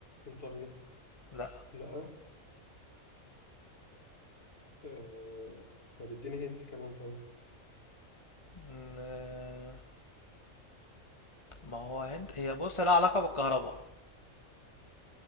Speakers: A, on the left; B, on the left.
A: إنترنت
B: لا
A: لأ آه. طب إديني هنت كمان طيب
B: ن- ما هو هند هي بص لها علاقة بالكهرباء